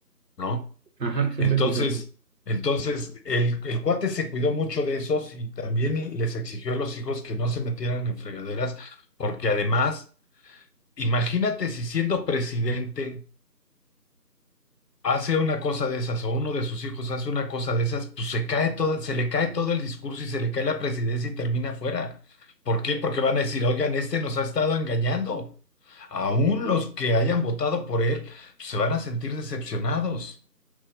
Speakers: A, on the left (about 70°); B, on the right (about 75°).
A: ¿no?
B: ajá, siempre
A: Entonces,
B: quiso.
A: entonces el, el cuate se cuidó mucho de esos y también les exigió a los hijos que no se metieran en fregaderas, porque además, imagínate si siendo presidente hace una cosa de esas, o uno de sus hijos hace una cosa de esas, pues se cae todo, se le cae todo el discurso y se le cae la presidencia y termina fuera. ¿Por qué? Porque van a decir, oigan, este nos ha estado engañando. Aún los que hayan votado por él, pues, se van a sentir decepcionados.